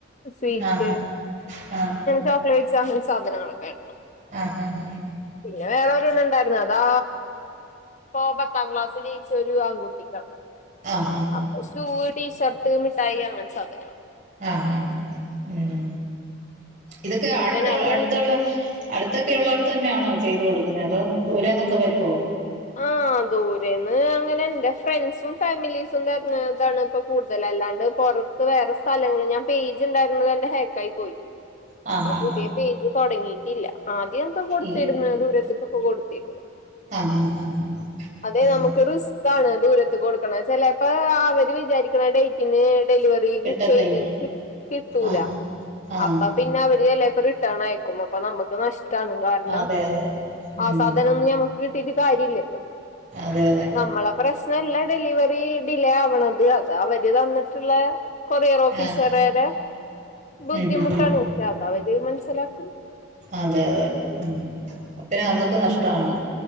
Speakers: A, on the left; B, on the right.
A: സ്വീറ്റ്
B: ആഹ് ആഹ്
A: ചോ ക്ളേറ്റ്സ് അങ്ങൻ സാധനങ്ങളൊക്കെ
B: ആഹ് ആഹ് ആഹ്
A: പിന്നെ വേറെ ഒരെണ്ണണ്ടായ്ര്ന്ന് അതാ ഇപ്പോ പത്താം ക്ലാസ് ജയിച്ച ഒരു ആൺകുട്ടിക്കാ
B: ആഹ്
A: അപ്പം ഷൂ, ടീഷർട്ട്, മിഠായി അങ്ങൻത്തെ സാധന
B: ആഹ് ആഹ് ഉം ഇതൊക്കെ അടുത്ത
A: അങ്ങനെ അവരത്
B: അടുത്തുള്ള അടുത്തൊക്കെ ഉള്ളേടത്ത് തന്നെ ആണോ ചെയ്ത് കൊടുക്കുന്നേ. അതോ ദൂരേന്നൊക്കെ വരോ?
A: ആഹ് ദൂരേന്ന് അങ്ങനെ എന്റെ ഫ്രണ്ട്സും ഫാമിലീസും തര്ന്നതാണ് ഇപ്പ കൂടുതല അല്ലാണ്ട് പൊറ ഇപ്പംവേറെ സ്ഥലങ്ങ ഞാൻ പേജ് ഇണ്ടായിരുന്നത് എന്റെ ഹേക്കാആയി പോയി.
B: <inaudible>
A: ഇപ്പൊ
B: ആഹ്
A: പുതിയ
B: ആഹ്
A: പേജ് തുടങ്ങിയിട്ടില്ല. ആദ്യക്കെ കൊടുത്തിര്ന്നു
B: ഇല്ല
A: ദൂരത്തക്കൊക്കെ കൊടുത്തിരുന്നു.
B: ആഹ് ആഹ് ആഹ്
A: അതെ
B: ആഹ്
A: നമുക്ക് റിസ്ക് ആണ് ദൂരത്ത് കൊടുക്കണ, ചെലപ്പോ അവര് വിചാരിക്കണ ഡേറ്റ് പിന്നെഡെലിവറി
B: കിട്ടത്തില്ല
A: ചെയ്ത് കിട്ടൂല
B: ആഹ് ആഹ്
A: അപ്പം പിന്നെ പിന്നെ അവര് ചെലേപ്പ റിട്ടേൺ അയക്കും അപ്പം നമക്ക് നഷ്ടമണ് കാരണം
B: അതെ അതെ ഉം
A: ആ സാധന ഒന്നും നമ്മക്ക് കിട്ടിട്ട് കാരില്ലല്ലോ
B: അതെ അതെ
A: നമ്മളെ പ്രശ്നല്ല ഡെലിവറി ഡിലേ ആവണത് അത് അവര് തന്നിട്ടുള്ള കൊറിയർ ഓഫീസർരെ
B: ആഹ്
A: ബുദ്ധിമുട്ടാണ്
B: ഉം ഉം ഉം
A: അത് അവര് മനസ്സിലാക്കും.
B: അതെ അതെ ഉം അപ്പം നമ്മക്ക് നഷ്ട്ടാണ്.